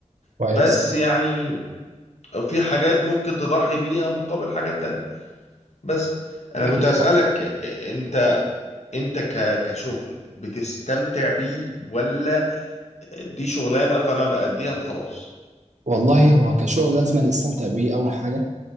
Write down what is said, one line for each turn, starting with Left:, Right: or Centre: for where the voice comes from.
Right: كويس
Left: بس يعني في حاجات ممكن تضحي بيها مقابل حاجات تانية بس انا كنت
Right: أكيد
Left: هسألك
Right: طبعا
Left: انت انت ك- كشغل بتستمتع بيه ولا دي شغلانة فانا بأديها وخلاص
Right: والله هو كشغل لازم نستمتع بيه أول حاجة